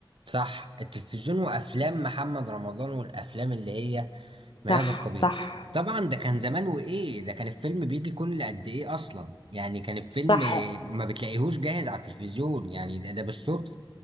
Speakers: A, on the right; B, on the left.
A: صح التلفزيون وافلام محمد رمضان والافلام اللي هي
B: صح
A: مياذ القبيل
B: صح
A: طبعا ده كان زمان وايه ده كان الفيلم بيجي كل قد ايه اصلا يعني كان الفيلم
B: صح
A: ما بتلاقيهوش جاهز على التلفزيون يعني ده, ده بالصدفة